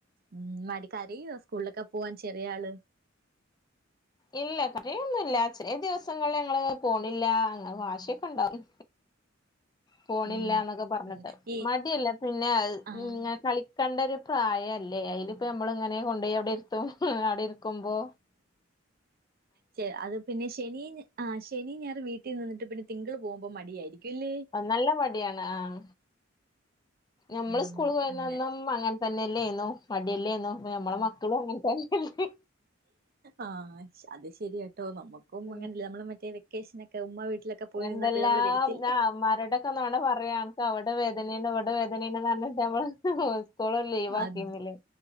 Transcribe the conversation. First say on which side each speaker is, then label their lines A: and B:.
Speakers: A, on the right; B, on the left.
A: ഊമ് മടി കരയോ സ്കൂളിലൊക്കെ പോവാൻ ചെറിയ ആള്?
B: ഇല്ല കര യൊന്നുല്ല, ചില ദിവസങ്ങളിൽ ഞങ്ങള് പോണില്ല അങ്ങനെ വാശിയൊക്കെണ്ടാവും.
A: <unintelligible>
B: പോണില്ല
A: ഉം
B: ന്നൊക്കെ പറഞ്ഞിട്ട്,
A: ഈ
B: മടിയല്ല പിന്നെഅത്
A: ആഹ്
B: ങ്ങന കളി കണ്ടരു പ്രായ അല്ലേ, അയില് പ്പോ നമ്മള് ങ്ങനെ കൊണ്ടോയി അവിടെ ഇരുത്തും ഹ് ഹ് ഹേ അവിടെ ഇരിക്കുമ്പോൾ..
A: ചെ അത് പിന്നെ, ശനി ആ ശനി ഞായർ വീട്ടിൽ നിന്നിട്ട് പിന്നെ തിങ്കൾ പോകുമ്പൊ മടിയായിരിക്കും. ഇല്ലേ
B: നല്ല മടിയാണ് ആം,
A: ഉം
B: ഞമ്മള് സ്കൂൾ പോയിന്ന
A: അങ്ങനെ
B: അന്നും.. ഉം അങ്ങനെ തന്നെയല്ലേയിനു, മടിയല്ലേയ്നു ഇപ്പ നമ്മളെ മക്കളും അങ്ങനെ തന്നെയല്ലേ. ഹ് ഹ്
A: ആഹ് ആ അത് ശെരിയാട്ടോ, നമുക്കും
B: ആഹ്
A: അങ്ങനെല്ലെ നമ്മൾ മറ്റേ വെക്കേഷനൊക്കെ ഉമ്മ വീട്ടിലൊക്കെ പോയി
B: എന്തെല്ലാം
A: നിന്നാ പിന്നെ നമ്മള് വരത്തില്ലേ
B: ആ ഉമ്മാരൊടൊക്കെ നൊണ പറയാ ന്ക് അവിടെ വേദനെ ണ് ഇവിടെ വേദനേണ് പറഞ്ട്ട് മ്മള്. ഹ് ഹ് സ്‌കൂള് ലീവാക്കിരുന്നില്ലേ?
A: അത്